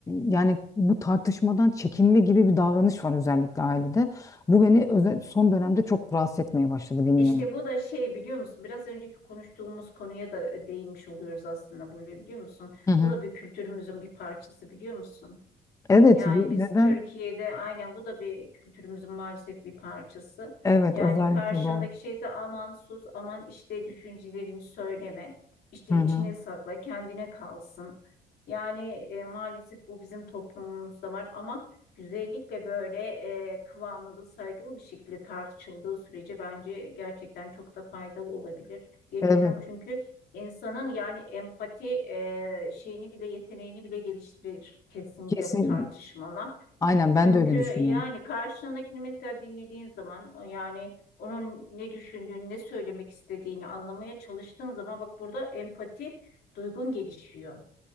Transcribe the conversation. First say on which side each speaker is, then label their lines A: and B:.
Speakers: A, on the left; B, on the left.
A: yani bu tartışmadan çekinme gibi bir davranış var özellikle ailede bu beni özel, son dönemde çok rahatsız etmeye başladı bilmiyorum.
B: İşte bu da şey biliyor musun? Biraz önceki konuştuğumuz konuya da değinmiş oluyoruz aslında buraya biliyor musun?
A: Hı hı.
B: Bu da bir kültürümüzün bir parçası biliyor musun?
A: Evet,
B: Yani
A: bu-
B: biz
A: neden?
B: Türkiye'de aynen bu da bir kültürümüzün maalesef bir parçası.
A: Evet,
B: Yani
A: özellikle
B: karşındaki
A: doğru.
B: şeyse aman sus, aman işte düşüncelerini söyleme, işte
A: Hı
B: içine
A: hı.
B: sakla, kendine kalsın. Yani e, maalesef bu bizim toplumumuzda var ama güzellikle böyle e, kıvamında saygılı bir şekilde tartışıldığı sürece bence gerçekten çok da faydalı olabilir diye
A: Evet,
B: düşünüyorum. Çünkü İnsanın yani empati e, şeyini bile yeteneğini bile geliştirir kesinlikle
A: kesin.
B: bu tartışmalar.
A: Aynen
B: Çünkü
A: ben de öyle
B: yani
A: düşünüyorum.
B: karşındakini mesela dinlediğin zaman o yani onun ne düşündüğünü, ne söylemek istediğini anlamaya çalıştığın zaman bak burada empati duygun gelişiyor